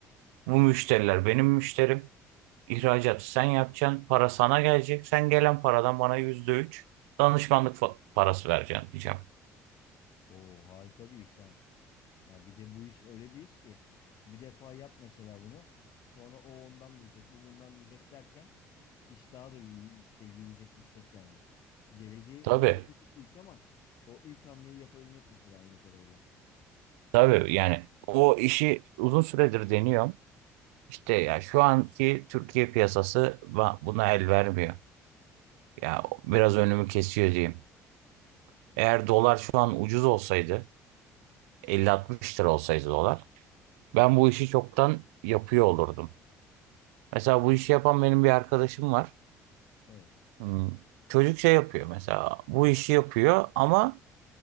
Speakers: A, on the right; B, on the left.
A: Bu müşteriler benim müşterim. İhracatı sen yapacaksın. Para sana gelecek. Sen gelen paradan bana yüzde üç danışmanlık fa- parası vereceksin diyeceğim.
B: Oo harika bir iş ha. Yani bir de bu iş öyle bir iş ki bir defa yap mesela bunu. Sonra o ondan duyacak, bu bundan duyacak derken iş daha da yü- şey yürüyecek, gidecek yani. Geleceği
A: Tabii.
B: önü çok açık bir iş ama o ilk hamleyi yapabilmek mesela anladığım kadarıyla.
A: Tabii yani o işi uzun süredir deniyorum. İşte ya şu anki Türkiye piyasası ba- buna el vermiyor. Ya biraz önümü kesiyor diyeyim. Eğer dolar şu an ucuz olsaydı elli altmış lira olsaydı dolar ben bu işi çoktan yapıyor olurdum. Mesela bu işi yapan benim bir arkadaşım var.
B: Evet.
A: Hmm, Çocuk şey yapıyor mesela bu işi yapıyor ama